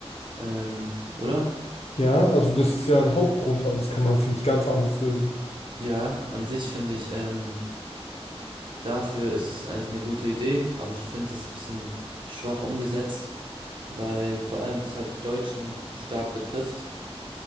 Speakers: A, on the right; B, on the left.
A: ähm, oder?
B: Ja, also das ist ja ein Hauptgrund, aber das kann man, finde ich, ganz anders lösen.
A: Ja, an sich finde ich, ähm, dafür ist es eigentlich eine gute Idee, aber ich finde es ein bisschen schwach umgesetzt, weil vor allem das halt die Deutschen stark betrifft.